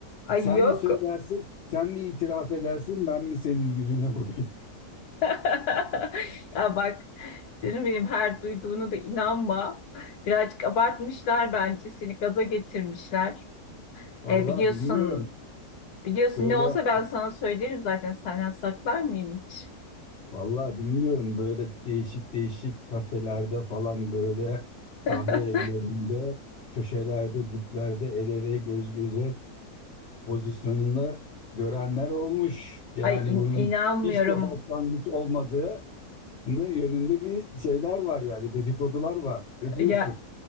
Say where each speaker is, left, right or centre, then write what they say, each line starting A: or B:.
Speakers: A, on the left (about 80°); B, on the left (about 55°).
A: Ay
B: Sen
A: yok.
B: mi söylersin, sen mi itiraf edersin, ben mi senin yüzüne vurayım?
A: <laughs> Ya bak canım benim her duyduğunu da inanma. Birazcık abartmışlar bence. Seni gaza getirmişler.
B: <laughs> Vallahi
A: E, biliyorsun,
B: bilmiyorum.
A: biliyorsun
B: Böyle,
A: ne olsa ben sana söylerim zaten senden saklar mıyım hiç?
B: vallahi bilmiyorum. Böyle değişik değişik kafelerde falan böyle
A: <laughs>
B: kahve evlerinde, köşelerde, diplerde el ele göz göze pozisyonunda görenler olmuş. Yani
A: Ay in-
B: bunun
A: inanmıyorum.
B: hiç de başlangıç olmadığı yönünde bir şeyler var yani dedikodular var. Ne diyorsun?
A: Ya